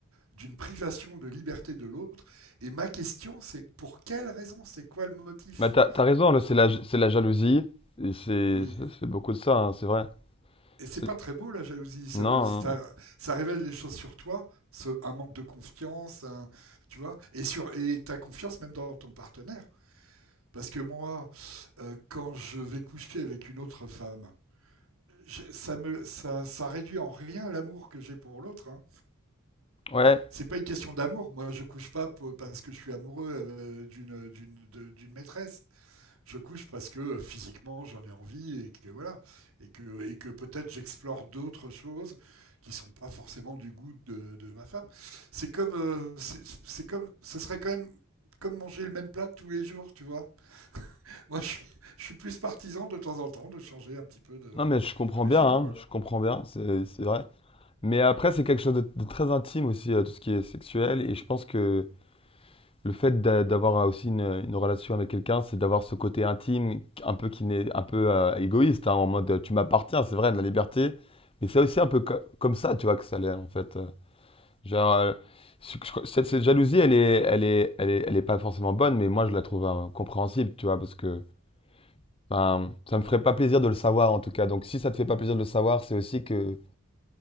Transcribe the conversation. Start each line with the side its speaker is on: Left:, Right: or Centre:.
Right: d'une privation de liberté de l'autre et ma question c'est pour quelle raison C'est quoi le motif
Left: Bah, t'as, t'as raison, là, c'est la, j- c'est la jalousie. Et c'est,
Right: Oui.
Left: c'est c'est beaucoup de ça, hein, c'est vrai.
Right: Et c'est
Left: C'est-
Right: pas très beau la jalousie, ça,
Left: Non,
Right: veut, ça,
Left: non.
Right: ça révèle des choses sur toi, ce- un manque de confiance, un- tu vois, et sur et ta confiance même dans ton partenaire. Parce que moi, euh, quand je vais coucher avec une autre femme, je- ça me ça, ça réduit en rien l'amour que j'ai pour l'autre. hein.
Left: Ouais.
Right: C'est pas une question d'amour. Moi, je couche pas pour- parce que je suis amoureux euh, d'une d'une de- d'une maîtresse. Je couche parce que euh, physiquement j'en ai envie et que voilà et que et que peut-être j'explore d'autres choses qui sont pas forcément du goût de, de ma femme. C'est comme euh, c'est c'est comme ce serait quand même comme manger le même plat tous les jours, tu vois. Moi, je suis, je suis plus partisan de temps en temps de changer un petit peu de,
Left: Non, mais je comprends
Right: de régime,
Left: bien, hein,
Right: quoi.
Left: je comprends bien, c'est, c'est vrai. Mais après, c'est quelque chose de, de très intime aussi, euh, tout ce qui est sexuel. Et je pense que le fait d'a- d'avoir euh, aussi une, une relation avec quelqu'un, c'est d'avoir ce côté intime, un peu qui n'est un peu euh, égoïste, hein, en mode euh, tu m'appartiens, c'est vrai, de la liberté. Mais c'est aussi un peu co- comme ça, tu vois, que ça l'est, en fait. euh. Genre, euh, je- je cette, cette jalousie, elle est, elle est, elle est, elle est pas forcément bonne, mais moi, je la trouve euh, compréhensible, tu vois, parce que ben, ça me ferait pas plaisir de le savoir, en tout cas. Donc, si ça te fait pas plaisir de le savoir, c'est aussi que...